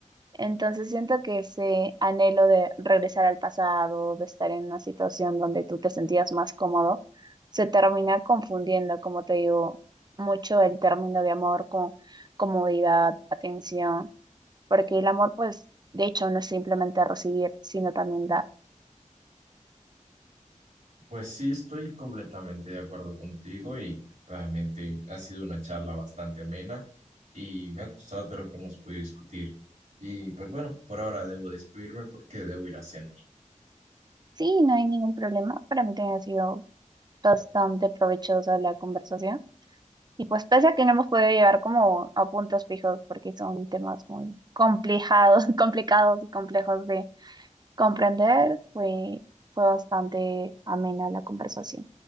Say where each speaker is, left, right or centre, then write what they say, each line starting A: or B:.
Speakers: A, on the right; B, on the right.
A: Entonces siento que ese anhelo de regresar al pasado, de estar en una situación donde tú te sentías más cómodo, se termina confundiendo, como te digo, mucho el término de amor con comodidad, atención, porque el amor, pues, de hecho, no es simplemente recibir, sino también dar.
B: Pues sí, estoy completamente de acuerdo contigo y realmente ha sido una charla bastante amena y me ha gustado todo lo que hemos podido discutir. Y pues bueno, por ahora debo despedirme porque debo ir a cenar.
A: Sí, no hay ningún problema. Para mí también ha sido bastante provechosa la conversación. Y pues pese a que no hemos podido llegar como a puntos fijos porque son temas muy complicados, <laughs> complicados y complejos de comprender, fue, fue bastante amena la conversación.